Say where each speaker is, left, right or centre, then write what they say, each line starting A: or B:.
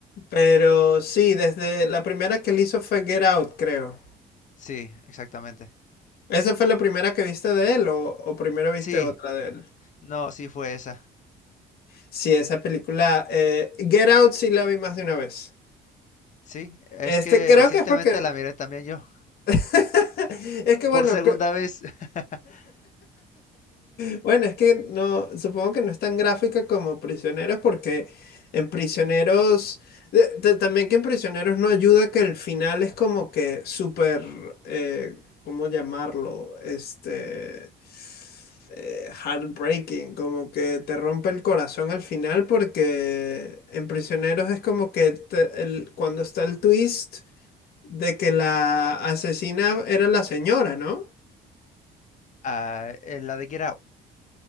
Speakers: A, on the left; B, on the left.
A: pero sí, desde la primera que él hizo fue Get Out, creo.
B: Sí, exactamente.
A: ¿Esa fue la primera que viste de él o, o primero viste
B: Sí,
A: otra de él?
B: no, sí fue esa.
A: Sí, esa película, eh, Get Out sí la vi más de una vez.
B: Sí, es
A: Este
B: que
A: creo
B: recientemente
A: que es porque
B: la miré también yo.
A: <laughs> Es que bueno,
B: Por segunda
A: que-
B: vez. <laughs>
A: <laughs> bueno, es que no, supongo que no es tan gráfica como Prisioneros porque en Prisioneros, de- de- también que en Prisioneros no ayuda que el final es como que súper, eh, ¿cómo llamarlo? Este, eh, heartbreaking, como que te rompe el corazón al final porque en Prisioneros es como que te- el- cuando está el twist de que la asesina era la señora, ¿no?
B: Ah, eh, la de Get Out.